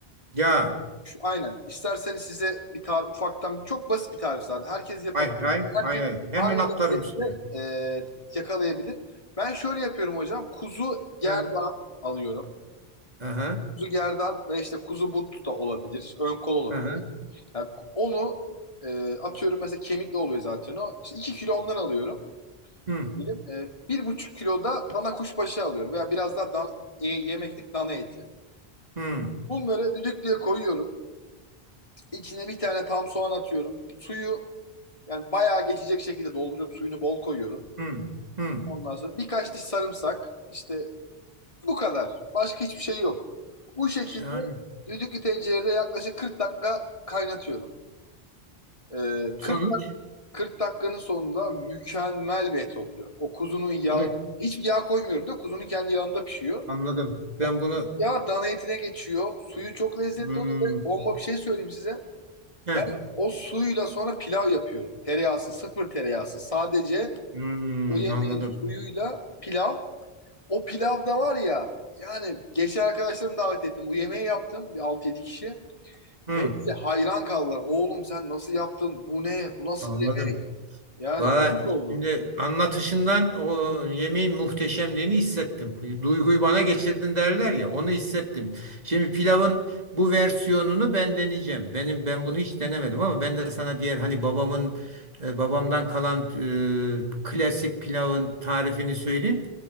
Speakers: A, on the right (about 40°); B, on the left (about 35°).
A: Ya.
B: Şu, aynen. İsterseniz size bir tarif ufaktan çok basit bir tarif zaten. Herkes yapabilir.
A: Hay hay
B: Herkes
A: hay hay. Hemen
B: aynı
A: atlarım
B: lezzetini
A: üstüne.
B: e, yakalayabilir. Ben şöyle yapıyorum hocam. Kuzu gerdan
A: Hı.
B: alıyorum.
A: Aha.
B: Kuzu gerdan ve işte kuzu but da olabilir. Ön kol olabilir.
A: Aha.
B: Yani onu e, atıyorum mesela kemikli oluyor zaten o. İşte 2 kilo ondan alıyorum.
A: Hı.
B: Benim, e, bir buçuk kiloda dana kuşbaşı alıyorum veya biraz daha dan- e, yemeklik dana eti.
A: Hı.
B: Bunları düdüklüye koyuyorum. İçine bir tane tam soğan atıyorum. Suyu yani bayağı geçecek şekilde dolduruyorum. Suyunu bol koyuyorum.
A: Hı. Hı.
B: Ondan sonra birkaç diş sarımsak. İşte bu kadar. Başka hiçbir şey yok. Bu şekilde
A: Şahane.
B: düdüklü tencerede yaklaşık 40 dakika kaynatıyorum. E,
A: Sonuç
B: 40, dak- 40 dakikanın sonunda mükemmel bir et oluyor. O kuzunun yağı,
A: bunu
B: hiçbir yağ koymuyorum da kuzunun kendi yağında pişiyor.
A: anladım. Ben
B: O
A: bunu
B: ya dana etine geçiyor. Suyu çok lezzetli
A: hmm,
B: oluyor. ve Bomba bir şey söyleyeyim size.
A: heh,
B: Ben o suyla sonra pilav yapıyorum. Tereyağısı, sıfır tereyağısı. Sadece
A: hmm,
B: o yemeğin
A: anladım.
B: suyuyla pilav. O pilavda var ya. Yani geçen arkadaşlarımı davet ettim. Bu yemeği yaptım. Bir 6-7 kişi.
A: Hı.
B: Hepsi hayran kaldılar. Oğlum sen nasıl yaptın? Bu ne? Bu nasıl
A: Anladım.
B: bir yemek? Yani
A: Valla
B: kuyruk oldu.
A: şimdi anlatışından o yemeğin muhteşemliğini hissettim. Duyguyu bana geçirdin derler ya, onu hissettim. Şimdi pilavın bu versiyonunu ben deneyeceğim. Benim ben bunu hiç denemedim ama ben de sana diğer hani babamın e, babamdan kalan e, klasik pilavın tarifini söyleyeyim.